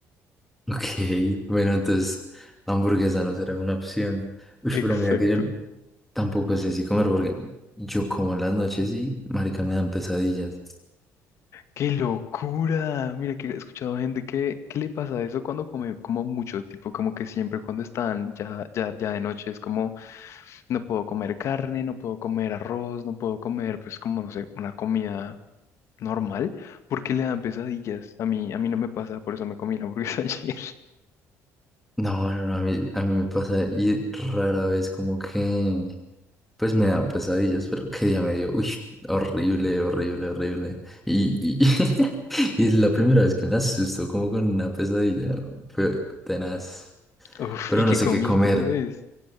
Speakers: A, in the centre; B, on the left (about 55°).
A: Ok, bueno, entonces hamburguesa no será una opción. Uy,
B: Exacto.
A: pero mira que yo tampoco sé si comer porque yo como en las noches y marica me dan pesadillas.
B: ¡Qué locura! Mira que he escuchado gente que, ¿qué le pasa a eso cuando come como mucho? Tipo, como que siempre cuando están ya, ya, ya de noche es como, no puedo comer carne, no puedo comer arroz, no puedo comer, pues como, no sé, una comida normal, ¿por qué le dan pesadillas. A mí, a mí no me pasa, por eso me comí la hamburguesa <laughs> ayer.
A: No, no, no, a mí, a mí me pasa y rara vez como que, pues me dan pesadillas, pero qué día me dio, uy, horrible, horrible, horrible. Y, y, <laughs> y es la primera vez que me asusto como con una pesadilla, fue tenaz.
B: Uf,
A: Pero
B: ¿y
A: no
B: qué
A: sé
B: comiste,
A: qué comer.
B: sabes?